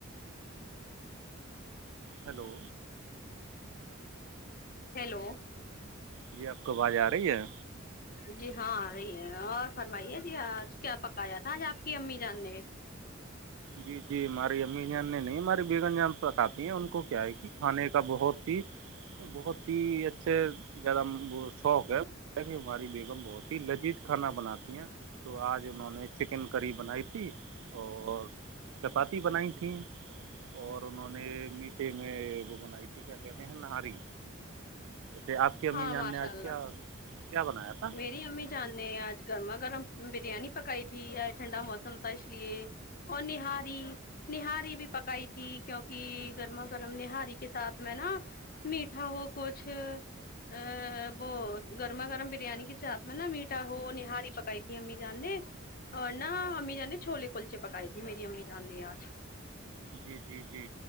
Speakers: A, on the right; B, on the left.
A: ہیلو
B: ہیلو
A: جی آپ کو آواز آ رہی ہے
B: جی ہاں رہی ہے اور فرمائیے جی آج کیا پکایا تھا آج آپ کی امی جان نے
A: جی جی ہماری امی جان نے نہیں ہماراری بیگن جان پکاتتی ہیں ان کو کیا ہے کہ کھانے کا بہت ہی بہت ہی اچھے زیادہ شوق ہے ہماری بیگم بہت ہی لذیذ کھانا بناتی ہیں تو آج انہوں نے چکن کری بنائی تھی اور چپاتی بنائی تھیں اور انہوں نے میٹھے میں وہ بنائی تھی کیا کہتے ہیں نہاری ویسے آپ کی امی
B: ہاں
A: جان
B: ماشاء
A: نے آج
B: اللہ
A: کیا کیا بنایا تھا
B: میری امی جان نے آج گرما گرم بریانی پکائی تھی ٹھنڈا موسم تھا اس لیے اوراری نہاری بھی پکائی تھی کیونکہ گرما گرم نہاری کے ساتھ میں نا میٹھا ہو کچھ ا وہ گرما گرم بھی بریانی کے ساتھ میں نا میٹا ہو نہاری پکائی تھی امی جان نے ن امی جاننی چھوولے کلچے پکائے دی میری امی چانے آ
A: جی جی جی